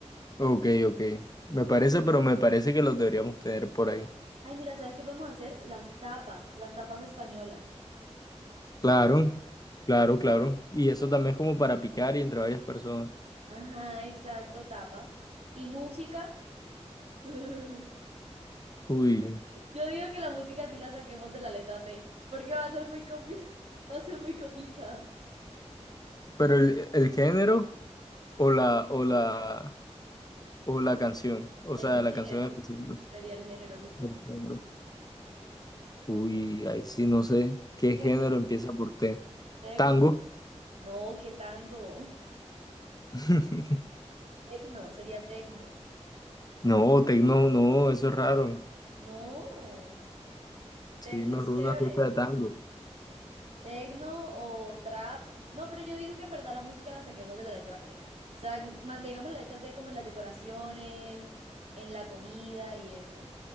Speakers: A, on the left; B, on the right.
A: ok, ok. Me parece, pero me parece que los deberíamos tener por ahí.
B: Ay, mira, ¿sabes qué podemos hacer? Las tapas, las tapas españolas.
A: Claro, claro, claro. Y eso también es como para picar y entre varias personas.
B: Ajá, exacto, tapas. Y música. <laughs>
A: Uy,
B: Yo digo que la música sí la saquemos de la letra T, porque va a ser muy compli- <laughs> va a ser muy complicado.
A: pero el, el género o la o la o la canción, o
B: El
A: sea,
B: género.
A: la canción en específico.
B: sería el género, supongo.
A: El género. Uy, ahí sí no sé qué
B: Tecno,
A: género empieza por T.
B: tecno.
A: Tango.
B: No, qué tango.
A: <laughs>
B: Tecno, sería tecno.
A: No, tecno, no, eso es raro.
B: No, tecno
A: Sí, mejor
B: es
A: una
B: chévere.
A: fiesta de tango.
B: Tecno o trap. No, pero yo digo que en verdad la música la saquemos de la letra T. O sea, mantengamos la letra T como en las decoraciones, en la comida y eso.